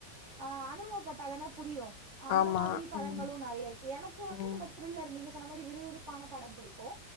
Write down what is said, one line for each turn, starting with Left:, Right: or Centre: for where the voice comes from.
Right: ஆ அனுபவப்பட்டாதான புரியு அந்த
Left: ஆமா
Right: மாதிரி படங்களு
Left: ம்
Right: நறைய இருக்கு எனக்கு வந்து
Left: ம்
Right: இந்த மாரி த்ரில்லர் நீங்க சொன்ன மாரி விறுவிறுப்பான படம் புடிக்கு